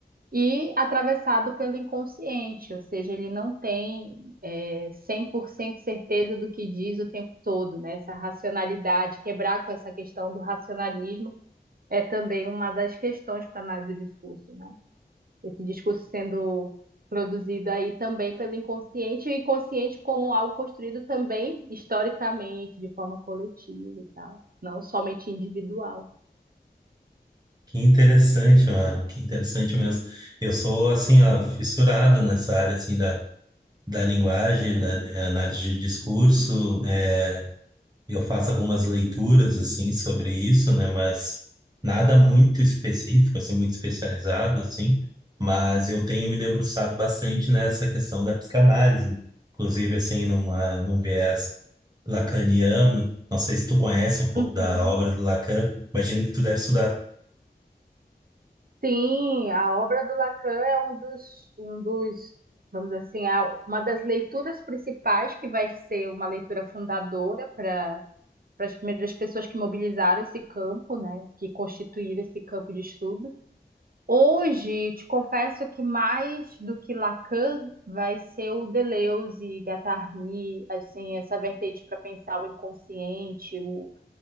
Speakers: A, on the right (about 60°); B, on the right (about 25°).
A: e atravessado pelo inconsciente, ou seja, ele não tem é, 100% certeza do que diz o tempo todo, né? Essa racionalidade, quebrar com essa questão do racionalismo é também uma das questões para a análise do discurso, né? esse discurso sendo produzido aí também pelo inconsciente, e o inconsciente como algo construído também historicamente, de forma coletiva e tal, não somente individual.
B: Que interessante, mano. Que interessante mesmo. Eu sou, assim, ó, fissurado nessa área, assim, da, da linguagem, da eh, análise de discurso. eh, eu faço algumas leituras, assim, sobre isso, né? Mas nada muito específico, assim, muito especializado, assim. Mas eu tenho me debruçado bastante nessa questão da psicanálise. Inclusive, assim, numa, num viés lacaniano. Não sei se tu conhece um pouco
A: Uhum.
B: da obra do Lacan. Imagino que tu deve estudar.
A: Sim, a obra do Lacan é um dos, um dos, vamos dizer assim, a- uma das leituras principais que vai ser uma leitura fundadora para para as primeiras pessoas que mobilizaram esse campo, né, que constituíram esse campo de estudo. Hoje, te confesso que mais do que Lacan vai ser o Deleuze, Guattari, assim, essa vertente para pensar o inconsciente, o,